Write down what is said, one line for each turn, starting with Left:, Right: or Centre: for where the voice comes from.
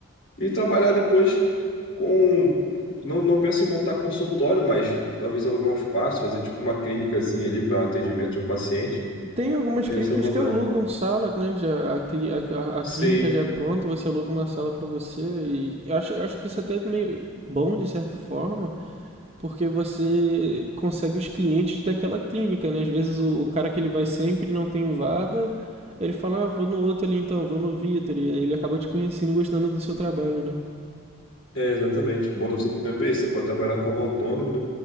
Left: E trabalhar depois com. Não, não penso em montar consultório, mas talvez alugar um espaço, fazer tipo uma clínicazinha ali para atendimento de um paciente.
Right: Tem algumas
Left: Tem
Right: clínicas
Left: essa vontade.
Right: que alugam sala, né? Já a, cli- a- a-
Left: Sim,
Right: clínica já é pronta, você aluga uma sala pra você. E acho, acho que isso até é meio bom de certa forma, porque você consegue os clientes daquela clínica, né? Às vezes o, o cara que ele vai sempre não tem vaga, ele fala, ah, vou no outro ali então, vou no Vitor. E ele acaba te conhecendo e gostando do seu trabalho, né?
Left: é exatamente. O bom da fisioterapia é isso. Você pode trabalhar como autônomo, né?